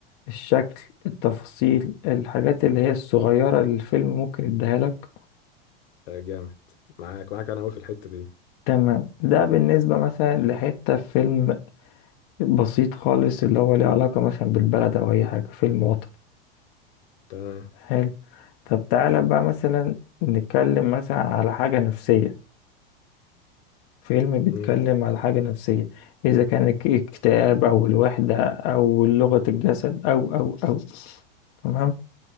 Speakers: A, on the left (about 55°); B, on the left (about 75°).
A: الشكل التفاصيل الحاجات اللي هي الصغيرة اللي الفيلم ممكن يديها لك
B: آه، جامد معاك معاك أنا أوي في الحتة دي
A: تمام ده بالنسبة مثلا لحتة في فيلم بسيط خالص اللي هو ليه علاقة مثلا بالبلد أو أي حاجة فيلم وطني
B: تمام
A: حلو طب تعالى بقى مثلا نتكلم مثلا على حاجة نفسية فيلم بيتكلم
B: مم.
A: على حاجة نفسية إذا كان الاك- الاكتئاب أو الوحدة أو لغة الجسد أو أو أو تمام